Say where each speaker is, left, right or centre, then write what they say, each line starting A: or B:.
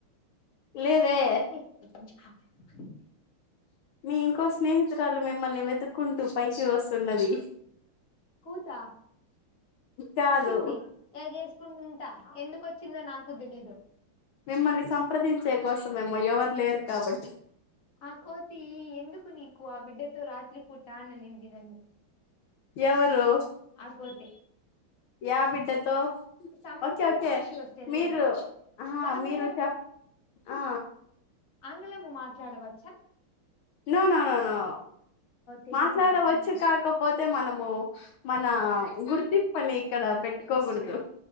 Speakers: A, on the left; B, on the left.
A: లేదే
B: <unintelligible>
A: మీ ఇంకో స్నేహితురాలు మిమ్మల్ని వెతుక్కుంటూ పైకి వస్తున్నది
B: కూత
A: కాదు
B: ఒచ్చింది ఎగేసుకుంటా ఎందుక్ కొచ్చిందో నాకు దెలీదు
A: మిమ్మల్ని సంప్రదించే కోసమేమో ఎవర్లేరు కాబట్టి
B: ఆ కోతి ఎందుకు నీకు ఆ బిడ్డెతో రాత్రి పూటా అనింది నన్ను
A: ఎవరూ
B: ఆ కోతే
A: యా బిడ్డతో
B: something
A: okay okay
B: she was telling
A: మీరు ఆహ్
B: మనము
A: మీరు చెప్ ఆ
B: ఆంగ్లము మాట్లాడవచ్చా
A: నోనోనోనో
B: తెలుగు
A: మాట్లాడవచ్చు
B: మాత్రమే
A: కాకపోతే మనము మన్ నా గుర్తింపని ఇక్కడ పెట్టుకోకూడదు